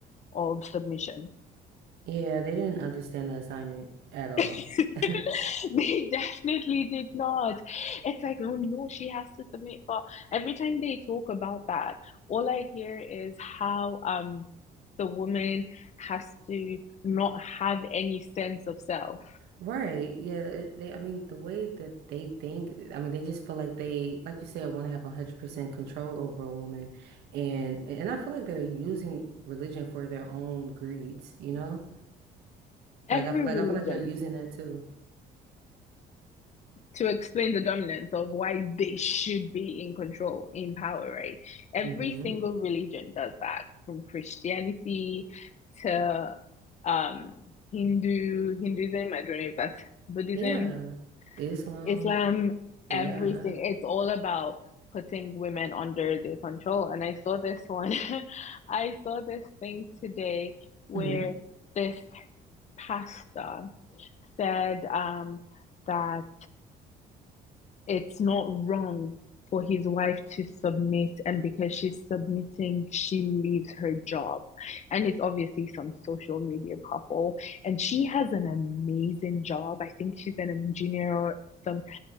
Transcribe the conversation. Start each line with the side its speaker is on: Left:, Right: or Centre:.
Left: of submission.
Right: Yeah, they didn't understand the assignment at all.
Left: <laughs>
Right: <laughs>
Left: they definitely did not. It's like, oh no, she has to submit. But every time they talk about that, all I hear is how um the woman has to not have any sense of self.
Right: Right. Yeah, it- they I mean the way that they think, I mean they just feel like they like you said want to have 100% control over a woman and and I feel like they're using religion for their own greeds, you know? Like
Left: Every
Right: I f- like
Left: religion
Right: I feel like they're using that too.
Left: to explain the dominance of why they should be in control, in power, right? Every
Right: Mhm.
Left: single religion does that, from Christianity to um, Hindu, Hinduism, I don't know if that's Buddhism,
Right: Yeah. Islam.
Left: Islam,
Right: Yeah.
Left: everything. It's all about putting women under their control. And I saw this one, <laughs> I saw this thing today where
Right: Mhm.
Left: this pastor said um, that it's not wrong for his wife to submit, and because she's submitting, she leaves her job. And it's obviously some social media couple, and she has an amazing job. I think she's an engineer or some